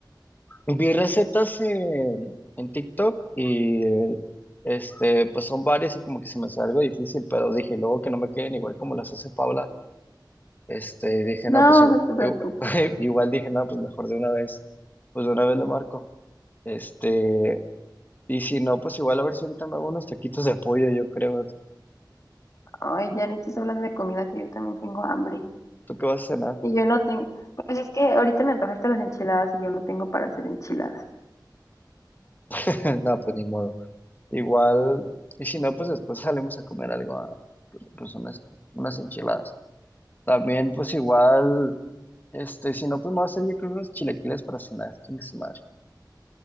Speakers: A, on the left (about 25°); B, on the left (about 45°).
A: Vi recetas en, en TikTok y este, pues son varias y como que se me hace algo difícil, pero dije luego que no me queden igual como las hace Paula. Este, dije,
B: No,
A: no, pues igual,
B: no te preocupes.
A: igu- <laughs> igual dije, no, pues mejor de una vez, pues de una vez le marco. Este, y si no, pues igual a ver si ahorita me hago unos taquitos de pollo, yo creo.
B: Ay, ya ni estás hablando de comida que yo también tengo hambre.
A: ¿Tú qué vas a cenar?
B: Y yo no tengo, pues es que ahorita me antojaste las enchiladas y yo no tengo para hacer enchiladas.
A: <laughs> No, pues ni modo. Igual, y si no, pues después salimos a comer algo, ah, pues unas, unas enchiladas. También, pues igual. Este, si no, pues me va a hacer yo creo unos chilaquiles para cenar, chingue su madre.